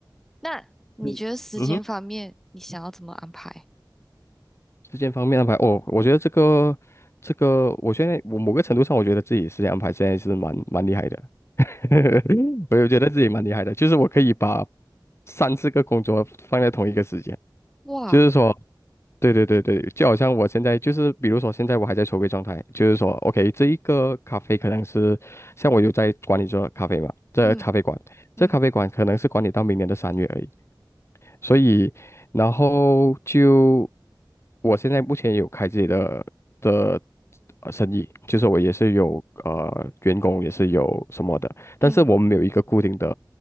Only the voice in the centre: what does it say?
那你觉得时间方面，
你想要怎么安排？
哇，
嗯嗯
嗯